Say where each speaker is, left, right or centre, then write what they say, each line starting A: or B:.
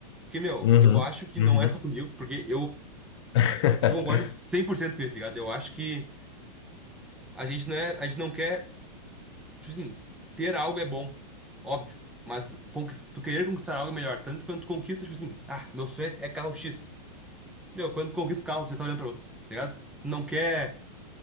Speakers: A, in the centre; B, on the left.
A: Porque, meu,
B: Uhum,
A: eu acho que
B: uhum,
A: não é só comigo, porque eu,
B: <laughs>
A: eu concordo 100% com isso, tá ligado? Eu acho que a gente não é, a gente não quer tipo assim, ter algo é bom, óbvio. Mas conquis- tu querer conquistar algo é melhor. Tanto quando tu conquista, tipo assim, ah, meu sonho é é carro X. Meu, quando tu conquista o carro, tu já tá olhando pra outro, tá ligado? Tu não quer.